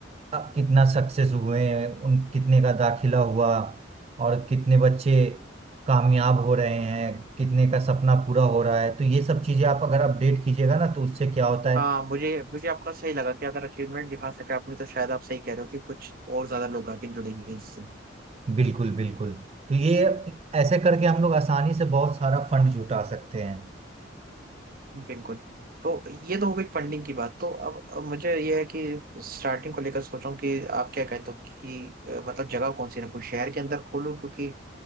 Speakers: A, on the right; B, on the right.
A: अ, कितना सक्सेस हुए हैं उन कितने का दाखिला हुआ और कितने बच्चे कामयाब हो रहे हैं कितने का सपना पूरा हो रहा है तो ये सब चीजें आप अगर अपडेट कीजिएगा ना तो उससे क्या होता है
B: हाँ मुझे मुझे आपका सही लगा कि अगर अचीवमेंट दिखा सके आपने तो शायद आप सही कह रहे हो कि कुछ और ज्यादा लोग आके जुड़ेंगे इससे
A: बिल्कुल बिल्कुल तो ये ऐसे करके हम लोग आसानी से बहुत सारा फंड जुटा सकते हैं
B: बिल्कुल तो ये तो हो गई फंडिंग की बात तो अब अब मुझे ये है कि स्टार्टिंग को लेकर सोच रहा हूँ कि आप क्या कहते हो कि अ, मतलब जगह कौन सी रखूँ शहर के अंदर खोलूँ क्योंकि